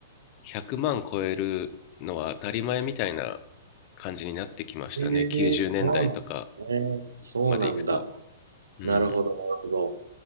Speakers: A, on the left; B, on the right.
A: 100万超えるのは当たり前みたいな感じになってきましたね。
B: ええそうな
A: 90年代とか
B: んね。そうなんだ。
A: まで行くと。うん。
B: なるほど、なるほど。